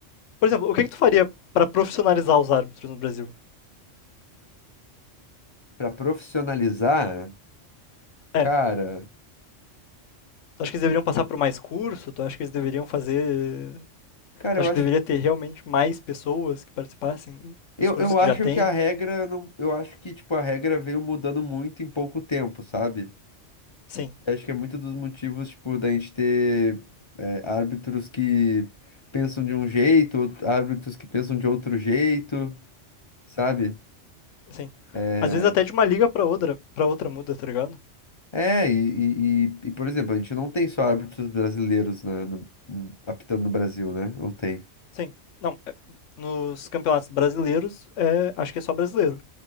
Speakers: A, on the left; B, on the left.
A: Por exemplo, o que que tu faria pra profissionalizar os árbitros no Brasil?
B: Pra profissionalizar,
A: É,
B: cara.
A: tu acha que eles deveriam passar por mais curso? Tu acha que eles deveriam fazer...
B: Cara,
A: Tu
B: eu
A: acha
B: acho.
A: que deveria ter realmente mais pessoas que participassem
B: Eu,
A: dos cursos
B: eu
A: que
B: acho
A: já tem?
B: que a regra não, eu acho que tipo a regra veio mudando muito em pouco tempo, sabe?
A: Sim,
B: Eu Acho que é muito dos motivos, tipo, da gente ter é, árbitros que pensam de um jeito, out- árbitros que pensam de outro jeito, sabe?
A: sim.
B: É,
A: Às vezes até de uma liga pra outra, para outra muda, tá ligado?
B: é, e, e, e- e, por exemplo, a gente não tem só árbitros brasileiros na- no- no- apitando no Brasil, né? Ou tem?
A: Sim. Não, é- nos campeonatos brasileiros, é, acho que é só brasileiro.